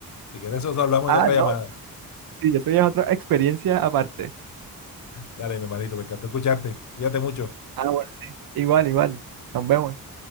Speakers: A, on the left (about 50°); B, on the right (about 70°).
A: Si quieres, eso hablamos
B: ah,
A: en otra
B: no,
A: llamada.
B: sí, eso ya es otra experiencia aparte.
A: Dale, mi hermanito, me encantó escucharte. Cuídate mucho.
B: Ah, bueno, sí. Igual, igual. Nos vemos.